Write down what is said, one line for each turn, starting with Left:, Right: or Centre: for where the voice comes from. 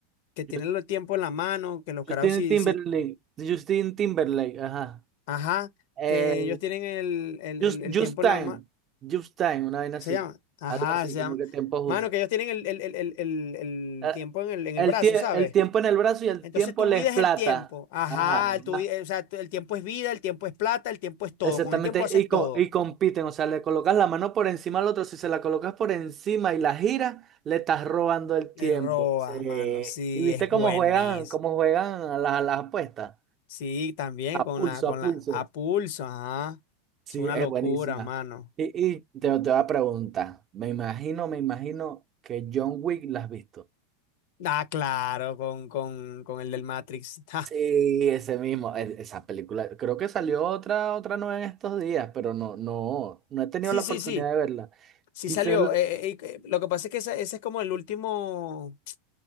Left: que tienen
Right: yo
Left: el tiempo en la mano, que los carajos
Right: Justin
Left: sí,
Right: Timberlake.
Left: sí,
Right: Justin Timberlake, ajá.
Left: ajá,
Right: Eh,
Left: que ellos tienen el, el,
Right: Just,
Left: el- el
Right: Just
Left: tiempo
Right: Time.
Left: en la mano.
Right: Just Time, una vaina
Left: ¿Se
Right: así.
Left: llama? Ajá,
Right: Algo así,
Left: se
Right: como
Left: llama.
Right: que tiempo justo.
Left: Mano, que ellos tienen el, el- el- el- el- el
Right: Eh,
Left: tiempo en el, en
Right: El,
Left: el brazo,
Right: tie-
Left: ¿sabes?
Right: el tiempo en el brazo y el
Left: Entonces
Right: tiempo
Left: tu
Right: le
Left: vida
Right: es plata.
Left: es el tiempo. Ajá,
Right: Ajá, ajá.
Left: tu, vi- eh, o sea, tu- el tiempo es vida, el tiempo es plata, el tiempo es todo.
Right: Exactamente.
Left: Con el tiempo haces
Right: Y, co-
Left: todo.
Right: y compiten. O sea, le colocas la mano por encima al otro. Si se la colocas por encima y la giras, le estás robando el
Left: Le
Right: tiempo.
Left: robas,
Right: Sí.
Left: mano. Sí,
Right: Y viste
Left: es
Right: cómo
Left: buenísimo.
Right: juegan, cómo juegan a las, a las apuestas.
Left: Sí, también
Right: A
Left: con
Right: pulso,
Left: la, con
Right: a pulso.
Left: la, a pulso, ajá.
Right: Sí,
Left: Es una
Right: es
Left: locura,
Right: buenísima.
Left: mano.
Right: Y, y te, te voy a preguntar, me imagino, me imagino que John Wick la has visto.
Left: Ah, claro, con, con, con el del Matrix. <laughs> Ja.
Right: Sí, ese mismo, e- esa película. Creo que salió otra, otra nueva en estos días, pero no, no, no he tenido
Left: Sí,
Right: la
Left: sí,
Right: oportunidad
Left: sí.
Right: de verla.
Left: Sí
Right: Quizás
Left: salió.
Right: el-
Left: Eh, eh, eh, lo que pasa es que esa- ese es como el último.